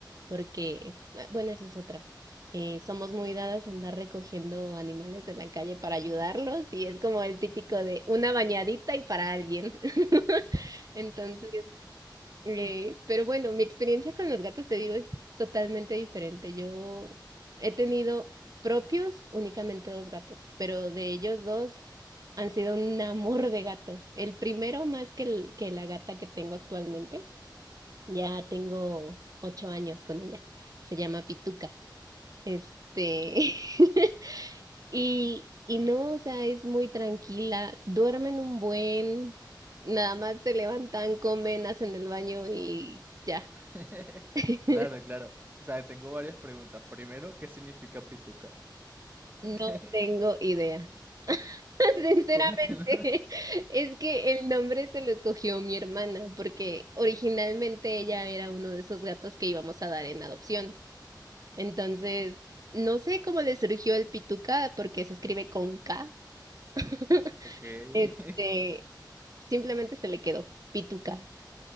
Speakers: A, on the right; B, on the right.
A: Porque, ah, bueno, esa es otra. Eh, somos muy dadas a andar recogiendo animales de la calle para ayudarlos y es como el típico de una bañadita y para alguien. <laughs> Entonces, eh, pero bueno, mi experiencia con los gatos, te digo, es totalmente diferente. Yo he tenido propios únicamente dos gatos, pero de ellos dos han sido un amor de gato. El primero más que, el- que la gata que tengo actualmente. Ya tengo ocho años con ella. Se llama Pituca. Este, <laughs> Y, y no, o sea, es muy tranquila, duermen un buen, nada más se levantan, comen, hacen el baño y ya.
B: <laughs>
A: <laughs>
B: Claro, claro. O sea, tengo varias preguntas. Primero, ¿qué significa pituca?
A: No
B: <laughs>
A: tengo idea. <laughs> Sinceramente,
B: ¿Cómo que no?
A: <laughs> es que el nombre se lo escogió mi hermana, porque originalmente ella era uno de esos gatos que íbamos a dar en adopción. Entonces,
B: <laughs>
A: no sé cómo le surgió el pituca, porque se escribe con K. <laughs>
B: Ok, <laughs>
A: Este, simplemente se le quedó pituca.